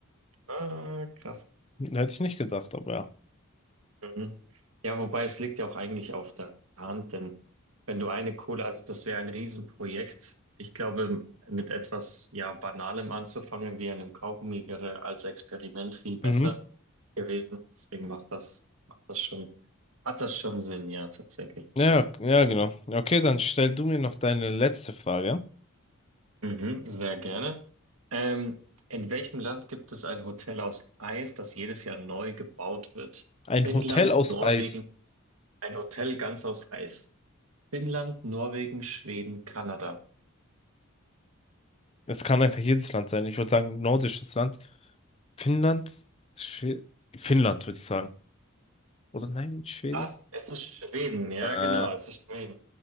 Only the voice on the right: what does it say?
Ah, krass.
Mhm. Ja, wobei es liegt ja auch eigentlich auf der Hand, denn wenn du eine Kohle, also das wäre ein Riesenprojekt. Ich glaube, mit etwas ja Banalem anzufangen, wie einem Kaugummi, wäre als Experiment viel besser
gewesen. Deswegen macht das, macht das schon, hat das schon Sinn, ja, tatsächlich.
Mhm, sehr gerne. Ähm, in welchem Land gibt es ein Hotel aus Eis, das jedes Jahr neu gebaut wird?
Finnland,
Norwegen,
ein Hotel ganz aus Eis. Finnland, Norwegen, Schweden, Kanada.
Was? Es ist Schweden, ja,
genau, es ist Schweden.